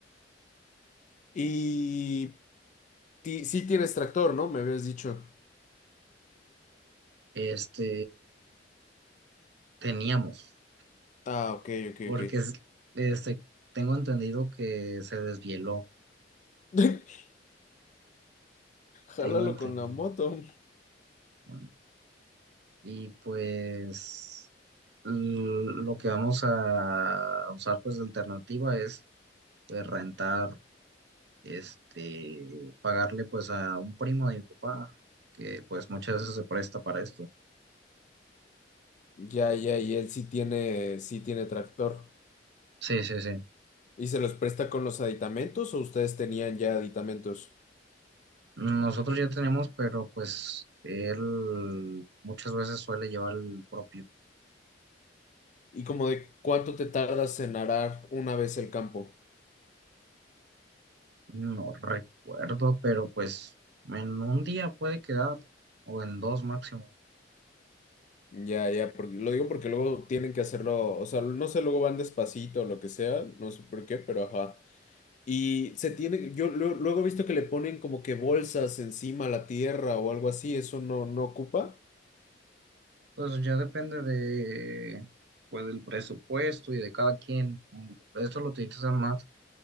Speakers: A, on the left; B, on the right.
A: Y ti- sí tienes tractor, ¿no? Me habías dicho.
B: Este, teníamos,
A: Ah, ok, ok,
B: porque
A: ok.
B: es- este, tengo entendido que se desvieló
A: <laughs>
B: Tengo
A: Jálalo
B: entendido.
A: con la moto.
B: ¿no? Y pues l- lo que vamos a usar pues de alternativa es pues, rentar, este, pagarle pues a un primo de mi papá, que pues muchas veces se presta para esto.
A: Ya, ya, y él sí tiene, sí tiene tractor.
B: Sí, sí, sí.
A: ¿Y se los presta con los aditamentos o ustedes tenían ya aditamentos?
B: Nosotros ya tenemos, pero pues él muchas veces suele llevar el propio.
A: ¿Y como de cuánto te tardas en arar una vez el campo?
B: No recuerdo, pero pues en un día puede quedar, o en dos máximo.
A: Ya, ya, porque lo digo porque luego tienen que hacerlo, o sea, no sé, luego van despacito o lo que sea, no sé por qué, pero ajá. Y se tiene, yo lue- luego he visto que le ponen como que bolsas encima a la tierra o algo así, eso no, no ocupa.
B: Pues ya depende de, pues, del presupuesto y de cada quien. Esto lo utilizan más